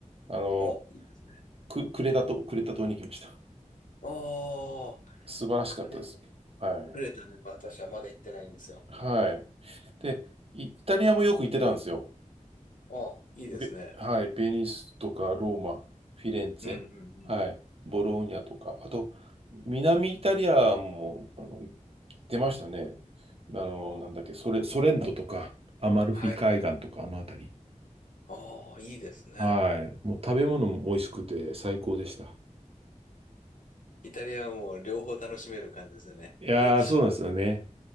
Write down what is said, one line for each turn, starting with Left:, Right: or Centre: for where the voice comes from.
Right: あの、
Left: お、いいですね。
Right: ク、クレタ島、クレタ島に行きました。
Left: ああ、
Right: 素晴らしかったです。
Left: くれ、
Right: はい。
Left: くれたね。私はまだ行ってないんですよ。
Right: はい。で、イイタリアもよく行ってたんですよ。
Left: ああ、いいですね。
Right: べ、はい、ベニスとかローマ、フィレンツェ、
Left: うんうんうん。
Right: はい、ボローニャとか、あと、南イタリアも、あの、出ましたね。あの、
Left: ああ、
Right: なんだっけ、ソレ、ソレントとか、アマルフィ海岸とか、
Left: はい。
Right: あの辺り。
Left: ああ、いいですね。
Right: はい。もう食べ物も美味しくて最高でした。
Left: イタリアはもう両方楽しめる感じですよね。
Right: いやー、
Left: 歴史、
Right: そうなんですよね。